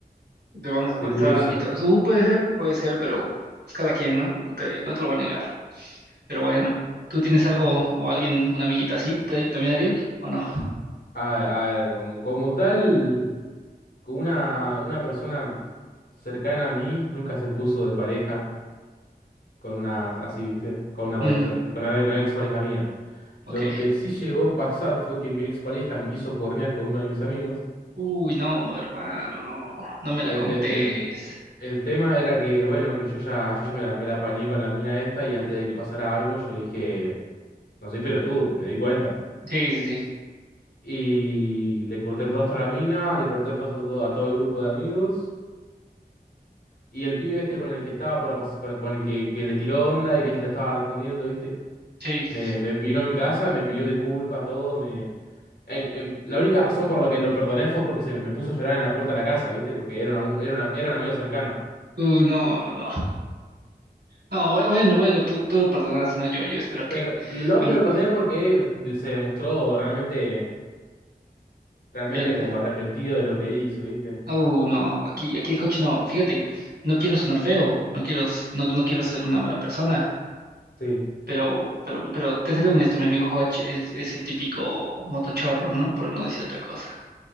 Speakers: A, on the right; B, on the left.
A: Te vamos a prestar
B: de curioso.
A: amiguitos. Uh, puede ser, puede ser, pero es cada quien, ¿no? Te- no te lo voy a negar. Pero bueno, ¿tú tienes algo o alguien, una amiguita así, ta- también Ariel, o no?
B: A, a ver, como, como tal, con una, una persona cercana a mí nunca se puso de pareja. con una, así, ¿viste? Con una
A: Mm,
B: pareja, con con una, con una expareja mía.
A: ok.
B: Lo que sí llegó a pasar fue que mi expareja me quiso cuernear con uno de mis amigos.
A: Uy, no, hermano, no, no me la
B: El,
A: contés.
B: el, el, el tema era que, bueno, que yo ya, yo ya me la, me la apañé con la mina esta y antes de que pasara algo yo dije, no soy pelotudo, me di cuenta.
A: Sí, sí, sí,
B: Y le corté el rostro a la mina, le corté el rostro a todo, a todo el grupo de amigos. Y el pibe este con el que estaba por pasar, con el, con el que, que le tiró onda y que ella le estaba respondiendo, ¿viste?
A: sí. sí,
B: Me,
A: sí.
B: me vino a mi casa, me pidió disculpas, todo, en- en- la única razón por la que lo perdoné fue porque se me puso a llorar en la puerta de la casa, ¿viste? Porque era, una mu- era, una- era un amigo cercano.
A: Uh, no, no, no. No, bue- bueno, bueno, tú, tú lo perdonaste, ¿no? Yo, yo espero que...
B: Pero lo
A: a mí-
B: perdoné porque se demostró realmente, realmente
A: él, ¿no?
B: como arrepentido de lo que hizo, ¿viste?
A: Uh, no, aquí, aquí el coche no. Fíjate, no quiero sonar feo, no quiero, no, no quiero ser una mala persona.
B: Sí.
A: Pero, pero, pero te seré honesto, mi amigo Hodge es, es el típico motochorro, ¿no? Por no decir otra cosa.